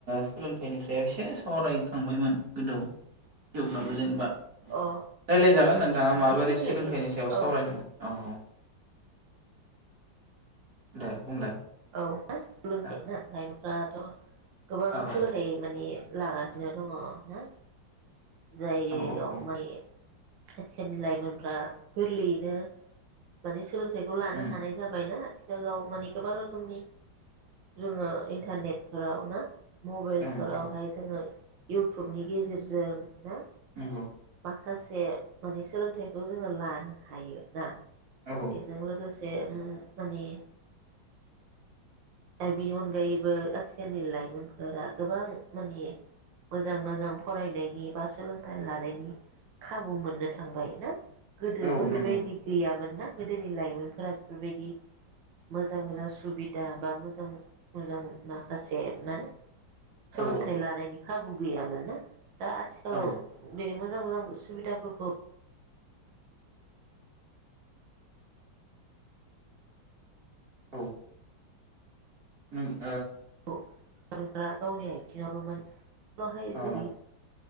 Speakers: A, on the right (about 50°); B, on the right (about 75°).
A: सोलोंथाइनि सायाव एसे सावरायखांबायमोन गोदौ थेवब्लाबो जेनेबा
B: अ
A: रायलाय जागोन नोंथाङा माबोरै
B: एसे बेलेगै
A: सोलोंथाइनि सायाव सावरायनो
B: औ
A: औ। दे बुंलाय
B: औ ना सोलोंथाइ
A: औ
B: ना लाइमोन? दाथ' गोबां
A: औ
B: सोलोंथाइ
A: औ
B: माने लागासि सिनो दङ ना। जाययाव
A: औ
B: माने आथिखालनि लाइमोनफ्रा गोरलैयैनो माने सोलों थाइखौ लानो
A: ओम
B: हानाय जाबायना हेल' मानि गोबां रो खोमनि जोङो इन्टारनेटफोराव ना मबाइलफोरावहाय
A: ओम ओम
B: जोङो इउटुबनि गेजेरजों ना
A: नोंगौ।
B: माखासे माने सोलोंथाइखौ जोङो लानो हायो ना।
A: औ
B: बेजों लोगोसे बे ओम माने दा बेनि अनगायैबो आथिखालनि लाइमोनफोरा गोबां माने मोजां मोजां फरायनायनि बा सोलोंथाइ लानायनि खाबु मोननो थांबाय ना। गोदोथ'
A: औ
B: बेबायदि
A: नंगौ
B: गैयामोन ना गोदोनि लाइमोनफोरा बेफोरबायदि मोजां मोजां सुबिदा बा मोजां मोजां माखासे मा
A: औ
B: सोलोंथाइ लानायनि खाबु गैयामोन ना। दा आथिखालाव
A: औ
B: बे मोजां मोजां सुबिदाफोरखौ
A: औ। <inaudible>
B: <unintelligible> गावनि थियाबोमोन <unintelligible> हाय
A: औ अ
B: जुदि